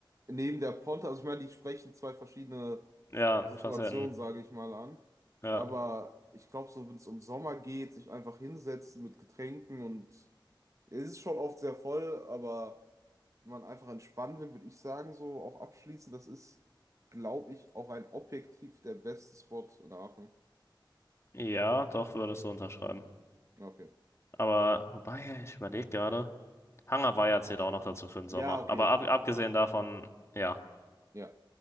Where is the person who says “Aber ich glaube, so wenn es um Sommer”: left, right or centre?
Right